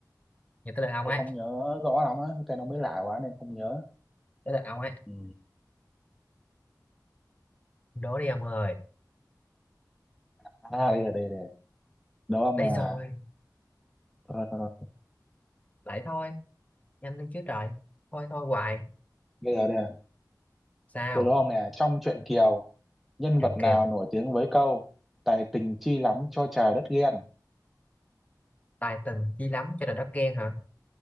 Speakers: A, on the left; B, in the centre.
A: người tới lượt ông
B: tôi
A: ấy
B: không nhớ rõ lắm á cái tên nó mới lạ quá nên không nhớ
A: tới lượt ông ấy
B: ừ.
A: đố đi ông ơi
B: à đây là đây là đúng không
A: đây
B: là
A: rồi
B: rồi, rồi, rồi.
A: lại thôi nhanh lên chứ trời thôi thôi hoài
B: bây giờ đây
A: sao
B: Từ đúng không nè, trong truyện Kiều, nhân
A: Triệu
B: vật nào
A: Kiều
B: nổi tiếng với câu Tài tình chi lắm cho trời đất ghen?
A: tài tình chi lắm cho nên đất ghen hả